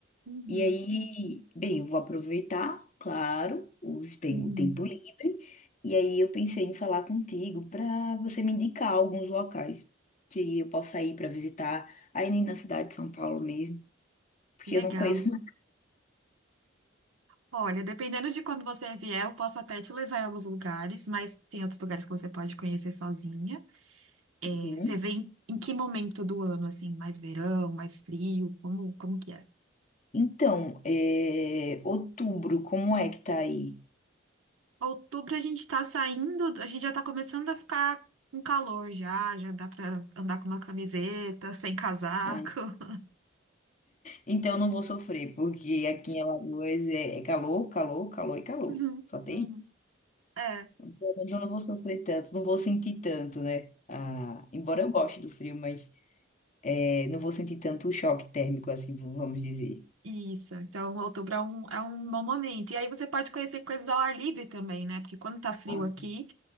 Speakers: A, on the right; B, on the left.
A: Uhum,
B: E aí, bem, eu vou aproveitar, claro, os tem,
A: uhum.
B: o tempo livre. E aí eu pensei em falar contigo para você me indicar alguns locais que eu possa ir para visitar aí na cidade de São Paulo mesmo porque
A: Legal.
B: eu não conheço
A: Olha, dependendo de quando você vier, eu posso até te levar em alguns lugares, mas tem outros lugares que você pode conhecer sozinha. É,
B: Uhum.
A: você vem em que momento do ano, assim? Mais verão, mais frio? Como, como que é?
B: Então, é, outubro, como é que tá aí?
A: Outubro a gente tá saindo, a gente já tá começando a ficar com calor já, já dá pra andar com uma camiseta, sem casaco.
B: Ai,
A: <laughs>
B: Então, eu não vou sofrer, porque aqui em Alagoas é, é calor, calor, calor e calor.
A: Uhum,
B: Só tem.
A: uhum. É,
B: Pelo menos Eu não vou sofrer tanto, não vou sentir tanto, né? Ah, embora eu goste do frio, mas é, não vou sentir tanto o choque térmico, assim, v- vamos dizer.
A: isso. Então, outubro é um, é um bom momento. E aí você pode conhecer coisas ao ar livre também, né? Porque quando tá frio
B: Ah,
A: aqui,